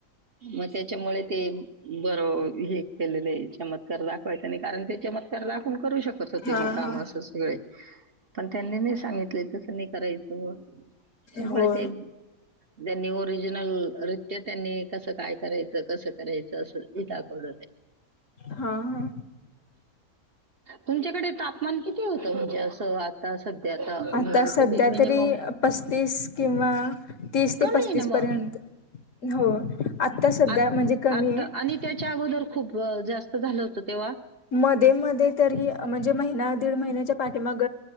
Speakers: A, on the right (about 45°); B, on the left (about 60°).
A: <inaudible> मग त्याच्यामुळे ते बर.. हे केलेलं याच्या मत चमत्कार दाखवायचा नाही कारण ते चमत्कार दाखून करू शकत होते
B: हा
A: मग काम
B: हा
A: असं सगळे पण त्यांनी नाही सांगितले तसं नाही करायचं, त्याच्यामुळे
B: हो
A: ते त्यांनी ओरिजिनल रित्य -त्यांनी कसं काय करायचं कसं करायचं असं <unintelligible> दाखवल
B: हा- हा..
A: तुमच्याकडे तापमान किती होतं? म्हणजे असं आता सध्या अं,
B: आता सध्या
A: किती मिनिमम
B: तरी पस्तीस किंवा- तीस ते
A: कमी
B: पस्तीस
A: आहे ना मग
B: पर्यंत हो आता सध्या
A: आत-
B: म्हणजे कमी
A: आता
B: आहे
A: आणि त्याच्या
B: <inaudible>
A: अगोदर खूप जास्त झालं होत तेव्हा
B: मध्ये -मध्ये तरी म्हणजे महिना दीड महिन्याच्या पाठीमाग